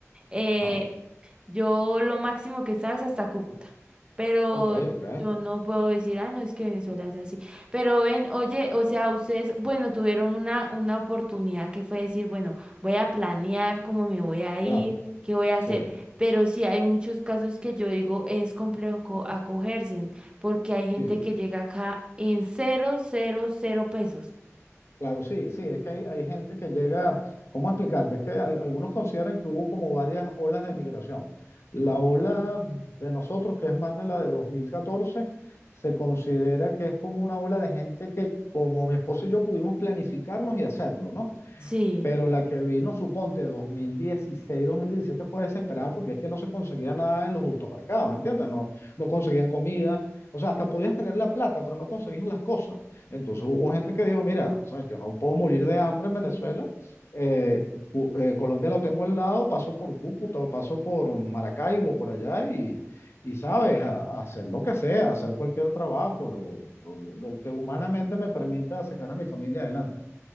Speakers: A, on the right; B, on the left.
A: eh,
B: ajá,
A: Yo lo máximo que estaba es hasta Cúcuta, pero
B: ok, ok,
A: yo no puedo decir, ah, no, es que Venezuela es así. Pero ven, oye, o sea, ustedes, bueno, tuvieron una, una oportunidad que fue decir, bueno, voy a planear cómo me voy a
B: claro,
A: ir, qué voy a hacer.
B: sí,
A: Pero sí hay muchos casos que yo digo es complejo co- acogerse, porque hay gente
B: sí.
A: que llega acá en cero, cero, cero pesos.
B: Claro, sí, sí, es que hay, hay gente que llega, ¿cómo explicarte? Es que al- algunos consideran que hubo como varias olas de migración. La ola de nosotros, que es más de la de 2014, se considera que es como una ola de gente que como mi esposo y yo pudimos planificarnos y hacerlo, ¿no?
A: Sí.
B: Pero la que vino, suponte, 2016, 2017 fue desesperada porque es que no se conseguía nada en los automercados, ¿entiendes? No, no conseguían comida. O sea, hasta podías tener la plata, pero no conseguías las cosas. Entonces hubo gente que dijo, mira, o sea, yo no puedo morir de hambre en Venezuela. eh, Cu- eh, Colombia lo tengo al lado, paso por Cúcuta o paso por Maracaibo, por allá, y, y sabes, a, a hacer lo que sea, hacer cualquier trabajo, lo, lo, lo- lo que humanamente me permita sacar a mi familia adelante. pues.